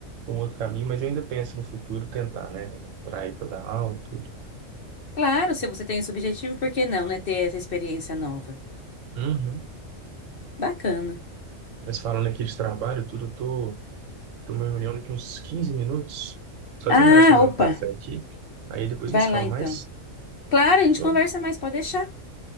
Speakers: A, on the right; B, on the left.
A: um outro caminho, mas eu ainda penso no futuro tentar, né? Para ir para dar aula e tudo.
B: claro, se você tem esse objetivo, por que não, né? Ter essa experiência nova.
A: Uhum.
B: Bacana.
A: Mas falando aqui de trabalho, e tudo, eu tô, tô numa reunião daqui uns 15 minutos. Só terminar
B: Ah,
A: de tomar
B: opa,
A: um café aqui. Aí depois
B: vai
A: a gente se fala
B: lá então.
A: mais.
B: Claro,
A: Fechou?
B: a gente conversa mais, pode deixar.